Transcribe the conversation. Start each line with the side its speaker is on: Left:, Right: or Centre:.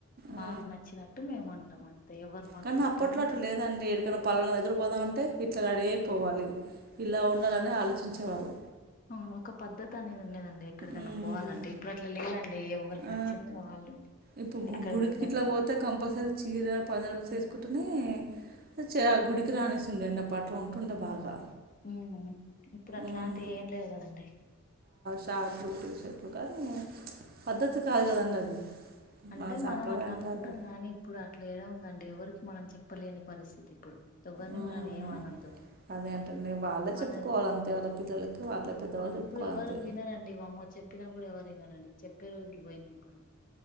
Right: ఆ
Left: మాకు నచ్చినట్టు మేము ఉంటాం అంతే ఎవరు మాకు
Right: కానీ
Left: పెట్టారు
Right: అప్పట్లో అట్లా లేదండి ఎడికన్నా పలానా దగ్గర పోతా ఉంటే ఇట్లా రెడీ అయిపోవాలి ఇలా ఉండాలని ఆలోచించేవారు
Left: అవును ఒక పద్దతి అనేది ఉండేదండి ఎక్కడికన్నా
Right: ఉమ్
Left: పోవాలంటే ఇప్పుడు అట్లా లేదండి లే ఎవరికి
Right: ఆ
Left: నచ్చింది వాళ్ళు
Right: ఇప్పుడు
Left: ఎక్కడ
Right: గుగుడికి
Left: పడితే
Right: ఇట్లా
Left: అప్పుడు
Right: పోతే కంపల్సరీ చీర పంజాబి డ్రెస్ ఏసుకుంటనే చ గుడికి రానిస్తుండే అని అప్పట్లో ఉంటుండే బాగా.
Left: ఉ ఇప్పుడు అట్లాంటివి
Right: ఉమ్
Left: ఏం లేవు కదండి.
Right: షార్ట్ లు, టీషర్ట్ లు కానీ పద్ధతి కాదు కదండి అది.
Left: అంటే
Right: మన సాంప్రదాయం
Left: మనం అట్లా అనుకుంటాం
Right: కాదు
Left: కానీ ఇప్పుడు అట్లా ఏడా ఉందండి. ఎవరికి మనం చెప్పలేని పరిస్థితి ఇప్పుడు. ఎవ్వరిని
Right: ఉమ్
Left: మనం ఏం అనొద్దు.
Right: అదే అంటున్నా వాళ్ళే
Left: మన
Right: చెప్పుకోవాలి అంతే వాళ్ళ పిల్లలకి వాళ్ళే పెద్దవాళ్ళు చెప్పుకోవాలి
Left: ఇప్పుడు ఎవరు
Right: అంతే.
Left: వినరండి వామ్మో చెప్పినా కూడా ఎవరు వినరండి చెప్పే రోజులు పోయినయి ఇప్పుడు.